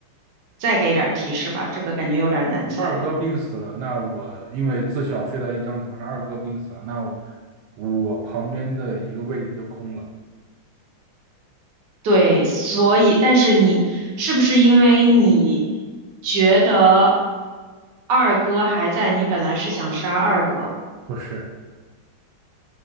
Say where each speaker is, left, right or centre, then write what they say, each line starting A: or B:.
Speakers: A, on the right (about 60°); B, on the right (about 80°).
A: 再给点儿提示吧，这个感觉有点儿难猜。
B: 二哥病死了，那我因为自小睡在一张床上，二哥病死了，那我，我旁边的一个位置就空了，
A: 对，所以，但是你是不是因为你觉得二哥还在，你本来是想杀二哥，
B: 不是，